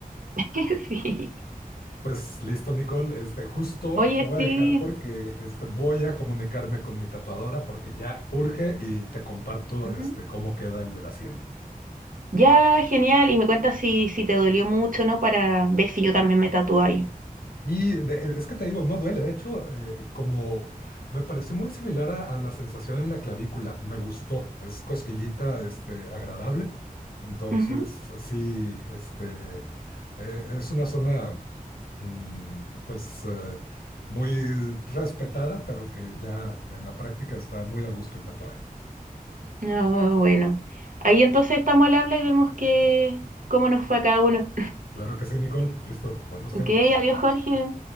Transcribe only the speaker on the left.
Pues listo, Nicole. Este, justo
te voy
a dejar porque este, voy a comunicarme con mi tatuadora porque ya urge y te comparto
este, cómo queda el de la 100.
Y de- es que te digo, no duele. De hecho, eh, como me pareció muy similar a, a la sensación en la clavícula, me gustó. Es cosquillita este, agradable. Entonces,
sí, este, eh, es una zona. mm, pues eh, muy respetada, pero que ya en la práctica está muy a gusto el tatuaje.
Claro que sí, Nicole. Listo.
Buenos
tiempos.